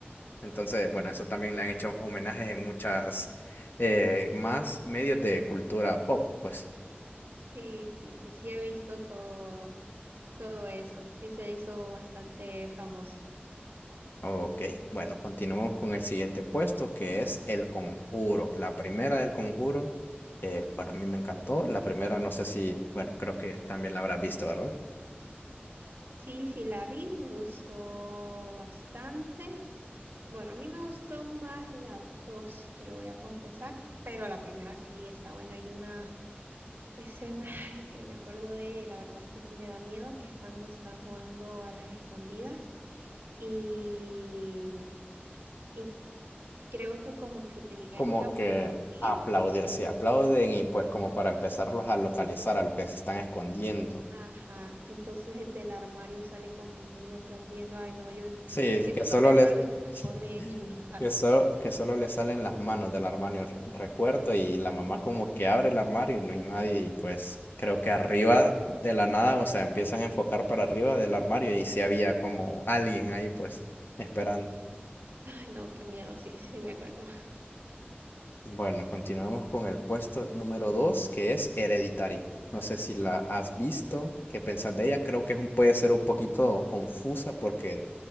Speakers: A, on the left (about 60°); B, on the right (about 60°).
A: Entonces, bueno, eso también le han hecho homenajes en muchas eh, más medios de cultura pop, pues.
B: Sí, sí, sí, sí he visto todo, todo eso. Sí se hizo bastante famosa.
A: Ok, bueno, continuamos con el siguiente puesto que es El Conjuro. La primera del Conjuro, eh, bueno, a mí me encantó. La primera, no sé si, bueno, creo que también la habrás visto, ¿verdad?
B: Sí, sí la vi, me gustó bastante. Bueno, a mí me gustó más la dos, te lo voy a confesar, pero la primera sí está buena. Hay una escena <laughs> <sighs> ay, que me acuerdo de ella y la verdad es que sí me da miedo, que es cuando están jugando a las escondidas y, y creo que como que tenían
A: Como
B: que aplaudir
A: que aplaudirse, aplauden y pues como para empezarlos a localizar a los que se están escondiendo.
B: Ajá, entonces del armario sale como un niño aplaudiendo. Ay, no, yo en-
A: Sí,
B: es que eso
A: que
B: no
A: solo
B: me acuerdo
A: le,
B: y se me pone
A: <laughs>
B: chinita la
A: que
B: piel.
A: so- que solo le salen las manos del armario, r- recuerdo, y la mamá
B: Ujú.
A: como que abre el armario y no hay nadie, y pues creo que arriba de la nada, o sea, empiezan a enfocar para arriba del armario y si había como alguien ahí pues esperando.
B: Ay, no, qué miedo, sí, sí me acuerdo.
A: Bueno, continuamos con el puesto número 2 que es Hereditary. No sé si la has visto, qué pensás de ella. Creo que es un- puede ser un poquito confusa porque